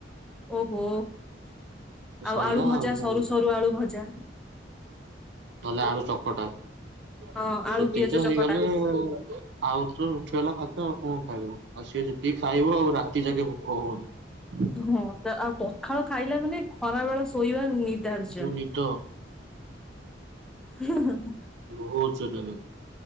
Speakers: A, in the centre; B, on the right.
A: ଓହୋ
B: ସଇଲା
A: ଆଉ ଆଳୁ ଭଜା
B: କଣ
A: ସରୁ ସରୁ ଆଳୁ ଭଜା।
B: ଗଲା ଆଳୁ ଚକଟା। <unintelligible>
A: ହଁ ଆଳୁ
B: ସେତିକତ
A: ପିଆଜ ଚକଟା
B: ହେଇଗଲେ ଆଉ ତ ଉଠିଗଲା ଭାତ ଆଉ କଣ ଖାଇବ। ଆଉ ସେ ଯେତିକି ଖାଇବ ଆଉ ରାତି ଯାକେ ଭୋକ ହବନି।
A: ହଁ ଆଉ ସେ ପଖାଳ ଖାଇଲା ମାନେ ଖରା ବେଳ ସ ଶୋଇବା ନି ଧାର୍ଯ୍ୟ
B: ଯୋଉ ନିଦ
A: ହୁଁ ହୁଁ ହୁଁ
B: ବହୁତ ଜୋରେ ନିଦ